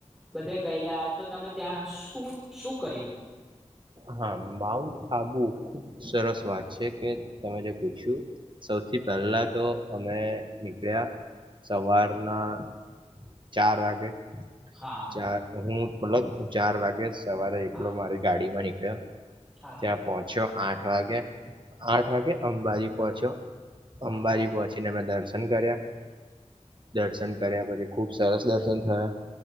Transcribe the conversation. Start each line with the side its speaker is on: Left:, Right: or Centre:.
Centre: બધે ગયેલા તો તમે ત્યાં શું શું કર્યું.
Right: હા માઉન્ટ આબુ ખુબ સરસ વાત છે કે તમે જે પૂછ્યું સૌથી પહેલા તો અમે નીકળ્યા સવારના ચાર વાગે
Centre: હા
Right: ચાર હું મતલબ ચાર વાગે સવારે એકલો
Centre: હા
Right: મારી ગાડીમાં નીકળ
Centre: હા
Right: ત્યાં પહોંચ્યો આઠ આઠ વાગે આઠ વાગે અંબાજી પહોંચ્યો. અંબાજી
Centre: હા
Right: પહોંચીને મે દર્શ કર્યા દર્શન કર્યા પછી ખૂબ સરસ દર્શન થયા